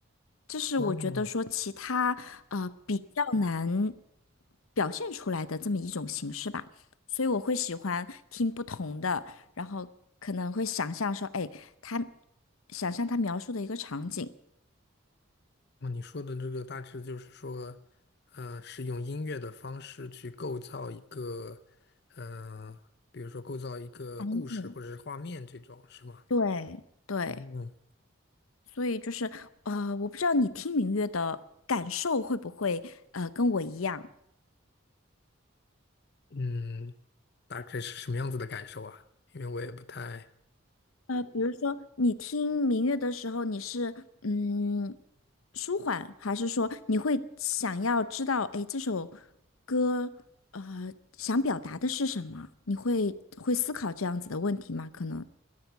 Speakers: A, on the left; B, on the left.
A: 这是我觉得说其他呃比较难
B: 哦
A: 表现出来的这么一种形式吧，所以我会喜欢听不同的，然后可能会想象说，哎，他想象他描述的一个场景，
B: 那你说的这个大致就是说，呃，是用音乐的方式去构造一个，呃，比如说构造一个故事或者是画面这种，
A: 场景，
B: 是吗？
A: 对对，
B: 嗯
A: 所以就是呃，我不知道你听民乐的感受会不会呃跟我一样，
B: 嗯，大致是什么样子的感受啊？因为我也不太，
A: 呃，比如说你听民乐的时候，你是嗯舒缓，还是说你会想要知道，哎，这首歌呃想表达的是什么？你会会思考这样子的问题吗？可能，